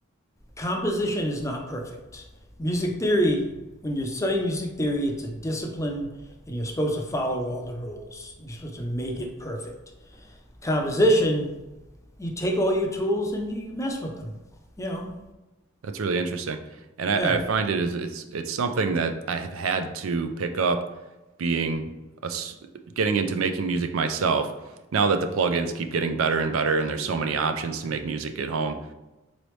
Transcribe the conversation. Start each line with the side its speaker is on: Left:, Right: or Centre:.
Left: Composition is not perfect. Music theory, when you're studying music theory, it's a discipline and you're supposed to follow all the rules. You're supposed to make it perfect. Composition, you take all your tools and you mess with them. You know,
Right: That's really interesting. And I,
Left: yeah,
Right: I find it is it's it's something that I have had to pick up being a s getting into making music myself. Now that the plugins keep getting better and better and there's so many options
Left: yeah,
Right: to make music at home,